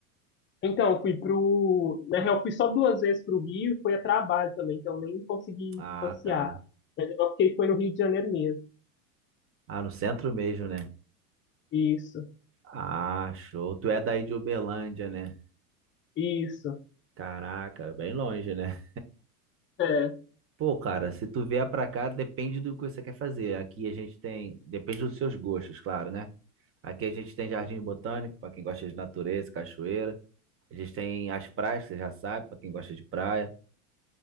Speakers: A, on the left; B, on the right.
A: Então, eu fui pro. Na real, eu fui só duas vezes pro Rio e foi a trabalho também, então nem consegui
B: Ah,
A: passear.
B: tá.
A: Mas eu fiquei foi no Rio de Janeiro mesmo.
B: Ah, no centro mesmo, né?
A: Isso,
B: Ah, show. Tu é daí de Uberlândia, né?
A: isso.
B: Caraca, bem longe, né?
A: é.
B: Pô, cara, se tu vier pra cá, depende do que você quer fazer. Aqui a gente tem. Depende dos seus gostos, claro, né? Aqui a gente tem jardim botânico, pra quem gosta de natureza, cachoeira. A gente tem as praias, que você já sabe, pra quem gosta de praia.